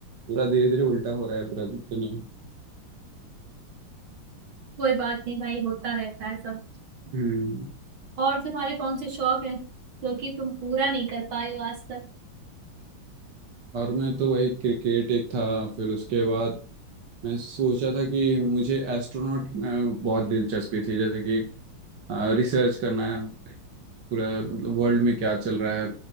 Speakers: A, on the right (about 55°); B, on the right (about 75°).
A: पूरा धीरे धीरे उल्टा हो रहा है पूरा दुनिया
B: कोई बात नहीं भाई होता रहता है सब
A: हम्म
B: और तुम्हारे कौन से शौक है क्योंकि तुम पूरा नहीं कर पाए हो आज तक
A: और मैं तो वही क्रिकेट एक था फिर उसके बाद मैं सोचा था कि मुझे एस्ट्रोनॉट बहुत दिलचस्पी थी जैसे कि रिसर्च करना है पूरा मतलब वर्ल्ड में क्या चल रहा है